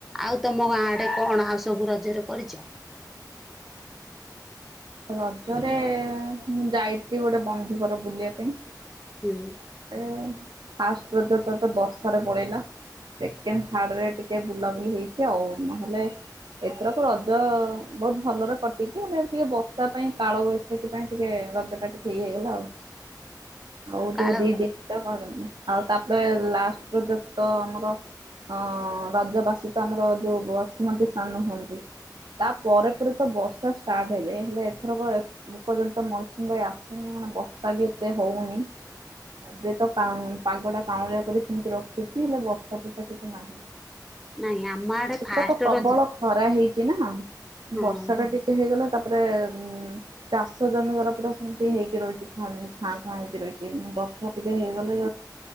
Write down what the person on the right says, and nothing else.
ରଜରେ ମୁଁ ଯାଇଥିଲି ଗୋଟେ ବନ୍ଧୁ ଘର ବୁଲିବା ପାଇଁ।
ତାପରେ ଫାଷ୍ଟ ରଜ ଟା ତ ବର୍ଷାରେ ପଳେଇିଲା। ସେକେଣ୍ଡ ଥାର୍ଡ ରେ ଟିକେ ବୁଲାବୁଲି ହେଇଚି ଆଉ ନହେଲେ ଏଥରକୁ ରଜ ବହୁତ ଭଲରେ କଟିଚି। ହେଲେ ଟିକେ ବର୍ଷା ତ ପାଇଁ କାଳ ବୈଶାଖୀ ପାଇଁ ଟିକେ ରଜ ଟା ଟିକ ଇଏ ହେଇଗଲା ଆଉ। ଆଉ
ଯୋଉ ଦି ଦିନି କରନି ଆଉ ତାପରେ ଲାଷ୍ଟ ରଜ ତ ଆମର ଅଁ ରାଜବାସୀ ତ ଆମର ଯୋଉ ବସୁମତୀ ସ୍ନାନ ହୁଅନ୍ତି। ତା ପରେ ପରେ ତ ବର୍ଷା ଷ୍ଟାର୍ଟ ହେଇଯାଏ ହେଲେ ଏଥରକ ଏ ପର୍ଯ୍ୟନ୍ତ ମୌସୁମୀବାୟୁ ଆସେନି କଣ ବର୍ଷା ବି ଏତେ ହଉନି। ଏବେ ତ ପା ପାଗ ଟା କାଉଁଳିଆ କରି ସେମିତି ରଖିଚି ହେଲେ ବର୍ଷା ଫଷା କିଛି ନାହିଁ।
ଏଥର
କ ପ୍ରବଳ
ଖରା ହେଇଚି। କିଏ ନା
ବର୍ଷା ଟା ଟିକେ ହେଇଗଲେ ତାପରେ ଉଁ ଚାଷ ଜମିଗୁରା ପୁରା ସେମିତି ହେଇକି ରହିଚି ଖାଲି ଖାଁ ଖାଁ ହେଇକି ରହିଚି ଉଁ ବର୍ଷା ଟିକେ ହେଇଗଲେ